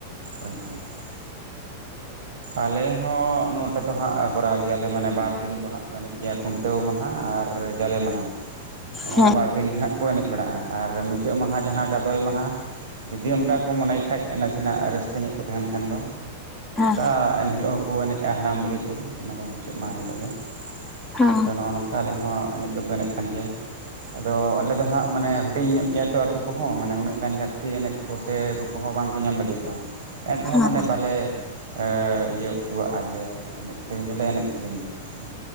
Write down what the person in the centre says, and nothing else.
ᱦᱮᱸ
ᱦᱮᱸ
ᱦᱮᱸ
ᱦᱮᱸ